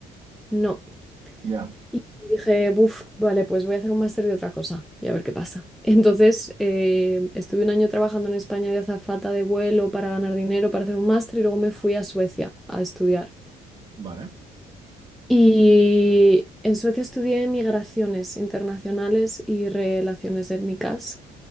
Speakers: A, in the centre; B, on the right.
A: no.
B: Ya.
A: Y dije, buf, vale, pues voy a hacer un máster de otra cosa y a ver qué pasa. <laughs> Entonces, eh, estuve un año trabajando en España de azafata de vuelo para ganar dinero, para hacer un máster y luego me fui
B: Ajá.
A: a Suecia a estudiar.
B: Vale.
A: Y en Suecia estudié migraciones internacionales y relaciones étnicas.